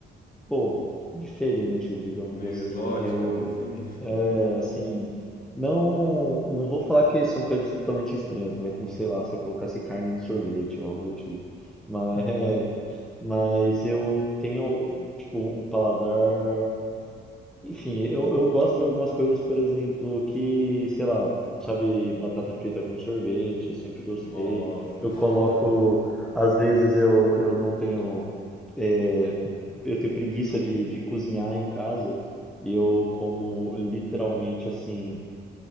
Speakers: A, in the centre; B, on the left.
A: pô, diferentes, digamos
B: meio
A: assim.
B: exóticas
A: Eu,
B: assim.
A: é, assim, não não vou falar que são coisas totalmente estranhas, não é como, sei lá, se eu colocasse carne no sorvete ou algo do tipo. Mas, é, mas eu tenho, tipo, um paladar. Enfim, eu, eu gosto de algumas coisas, por exemplo, que, sei lá, sabe, batata frita com sorvete, sempre gostei.
B: Nossa.
A: Eu
B: <laughs>
A: coloco, às vezes eu, eu não tenho, é, eu tenho preguiça de, de cozinhar em casa e eu como literalmente assim.